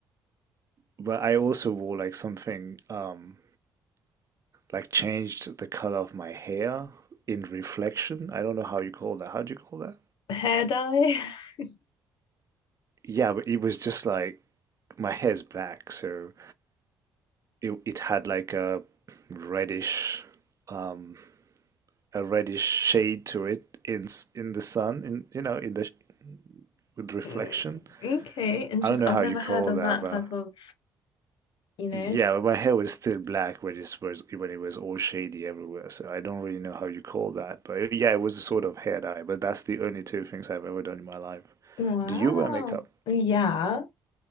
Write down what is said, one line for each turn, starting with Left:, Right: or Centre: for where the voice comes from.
Right: but I also wore like something um like changed the color of my hair in reflection. I don't know how you call that. How do you call that?
Left: Hair dye? <laughs>
Right: Yeah, but it was just like my hair's black, so it it had like a reddish um a reddish shade to it in in the sun in you know in the with reflection.
Left: Mm, Okay, interesting.
Right: I don't know
Left: I've
Right: how
Left: never
Right: you call
Left: heard of
Right: that,
Left: that
Right: but
Left: type of, you know.
Right: Yeah, but my hair was still black when it was when it was all shady everywhere. So I don't really know how you call that. But yeah, it was a sort of hair dye. But that's the only two things I've ever done in my life.
Left: Wow.
Right: Do you wear makeup?
Left: Yeah.